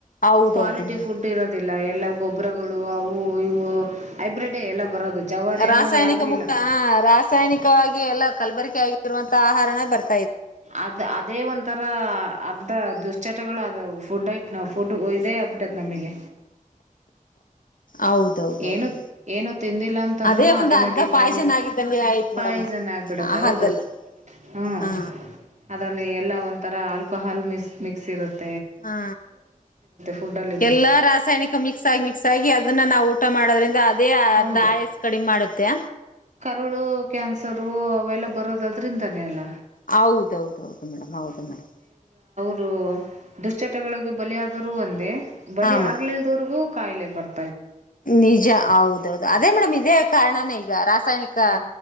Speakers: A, on the left; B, on the right.
A: ಹೌದೌದು
B: ಕ್ವಾಲಿಟಿ
A: ಮೇಡಮ್
B: ಫುಡ್ ಇರೋದಿಲ್ಲ ಎಲ್ಲ ಗೊಬ್ಬರ ಗಳು ಅವು ಇವು. ಹೈಬ್ರಿಡೇ ಎಲ್ಲ ಬರೋದು ಜವಾರಿ
A: ರಾಸಾಯನಿಕ
B: ಅನ್ನೋವು ಯಾವೂ
A: ಮುಖ
B: ಇಲ್ಲ
A: ಆ ರಾಸಾಯನಿಕವಾಗಿ ಎಲ್ಲಾ ಕಲ್ಬರಿಕೆ ಆಗಿರುವಂ ತ ಆಹಾರನ ಬರ್
B: ಅದ್ ಅದೇ ಒಂಥರ ಅರ್ಧ ದುಶ್ಚಟಗಳು ಅದವು ಫುಡ್ ಐ ಫುಡ್ ಐದೆ. ಟ್ಟತ್ ನಮಿಗೆ.
A: ಹೌದೌದೌದು
B: ಏನು ಏನು ತಿಂದಿಲ್ಲ ಅಂತಂದ್ರನು
A: ಅದೇ ಒಂದು
B: ಆಟೋಮೆಟಿಕ್
A: ಅರ್ಧ ಪಾಯ್ಸನ್
B: ಆಗ್ಲಿ
A: ಆಗಿದ್ದಂಗೆ ಆಯ್ತು ಮೇಡಮ್
B: ಪಾಯ್ಜನ್ ಆಗ್ಬಿಡತ್ತೆ
A: ಆಹಾರದಲ್ಲಿ
B: ಹೌದು ಹ್ಮ.
A: ಹಾ
B: ಅಲ್ಲಿ ಎಲ್ಲ ಒಂತರ ಆಲ್ಕೋಹಾಲ್ ಮಿ ಮಿಕ್ಸ್ ಇರುತ್
A: ಹಾ
B: ಫುಡ್ಡಲ್ಲಿನೂ
A: ಎಲ್ಲಾ ರಾಸಾಯ್ನಿಕ ಮಿಕ್ಸ್ ಆಗಿ ಮಿಕ್ಸ್ ಆಗಿ ಅದನ್ನ ನಾವ್ ಊಟ ಮಾಡದ್ರೆ ರಾದ್ ದೇ ಅದ್
B: ಹೌದು
A: ಆಯಾಸ್ ಕಡಿಮ್ ಮಾಡುತ್ತೆ.
B: ಕರುಳು ಕ್ಯಾನ್ಸರು ಅವೆಲ್ಲ ಬರೋದ್ ಅದ್ರಿಂದಾನೇ ಅಲ್ಲ.
A: ಹೌದೌದು ಮೇಡಮ್ ಹೌದು ಮೇಡಮ್.
B: ರು ದುಶ್ಚಟಗಳಿಗೆ ಬಲಿಯಾದರೂ ಒಂದೇ. ಬಲಿ
A: ಹಾ ಮೇಡಮ್
B: ಆಗ್ಲಿಲ್ದವ್ರಗೂ ಕಾಯ್ಲೆ ಬರ್
A: ನಿಜ ಹೌದೌದು ಅದೇ ಮೇಡಮ್ ಇದೇ ಕಾರ್ಣನೆ ಈಗ ರಸ ಸಯ್ನಿಕ
B: ಹ